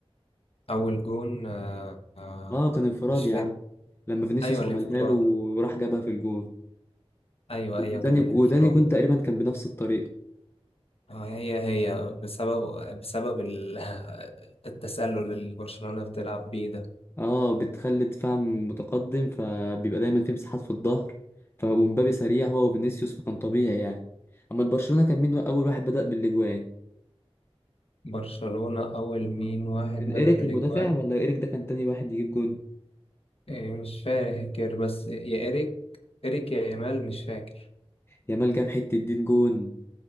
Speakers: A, on the left (about 65°); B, on the left (about 25°).
A: اول جون آه، آه،
B: اه كان انفراد
A: مش
B: يا
A: فاكر
B: عم لما فينيسيوس
A: ايوه
B: عملها
A: الانفراد
B: له وراح جابها في الجون
A: ايوه
B: وتاني
A: ايوه كان الانفراد
B: وتاني جون تقريبا كان بنفس الطريقة
A: آه، هي هي بسبب بسبب ال- <laughs> التسلل اللي برشلونة بتلعب بيه ده
B: اه بتخلي دفاع متقدم فبيبقى دايما في مساحات في الظهر ف- ومبابي سريع هو وفينيسيوس فكان طبيعي يعني اما البرشلونة كان مين اول واحد بدأ بالاجوان
A: برشلونة أول مين واحد
B: كان
A: بدأ
B: ايريك
A: بالإجوان
B: المدافع ولا ايريك ده كان تاني واحد يجيب جون
A: إيه مش فاكر بس يا إيريك إيريك يا يامال مش فاكر
B: يامال جاب حتة دين جون